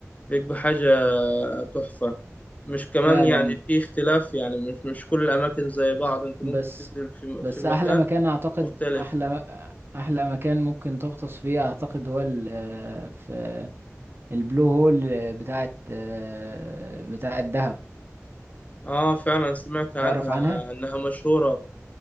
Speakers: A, on the left; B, on the right.
A: بيبقى حاجة آه، تحفة مش كمان
B: فعلا
A: يعني في اختلاف يعني مش مش كل الأماكن زي بعض أنت ممكن
B: بس
A: تنزل في
B: بس
A: في مكان
B: احلى مكان اعتقد
A: مختلف
B: احلى احلى مكان ممكن تغطس فيه اعتقد هو ال... آه، في البلو هول بتاعت آه، بتاعت دهب
A: آه فعلا سمعت عنها
B: تعرف عنها
A: إنها مشهورة